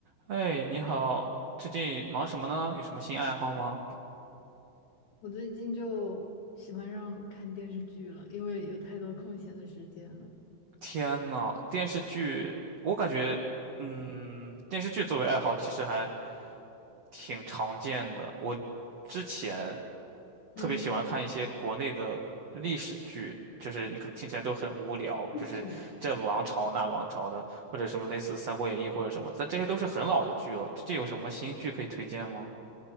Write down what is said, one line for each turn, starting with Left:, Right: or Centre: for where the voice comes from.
Right: 哎，你好，最近忙什么呢？有什么新爱好吗？
Left: 我最近就喜欢上看电视剧了，因为有太多空闲的时间了。
Right: 天呐，电视剧，我感觉，嗯，电视剧作为爱好其实还挺常见的。我之前
Left: 嗯，
Right: 特别喜欢看一些国内的历史剧，就是你可能听起来都很无聊，就是这王朝那王朝的，
Left: 是，
Right: 或者什么类似《三国演义》或者什么，但这些都是很老的剧了。最近有什么新剧可以推荐吗？